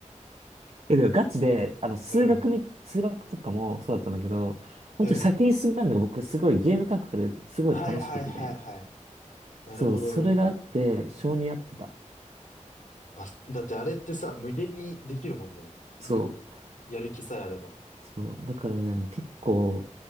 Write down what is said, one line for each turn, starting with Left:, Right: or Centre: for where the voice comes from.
Right: え、でもガチで、あの、数学み、
Left: うん。
Right: 数学とかもそうだったんだけど、本当に先に進めるのが僕すごいゲーム感覚ですごい楽しくて、
Left: うん。はいはいはいはい。なるほどね。
Right: そう、それがあって、性に合ってた。
Left: バスだってあれってさ、無限にできるもんね。
Right: そう。
Left: やる気さえあれば。
Right: そう、だからね、結構、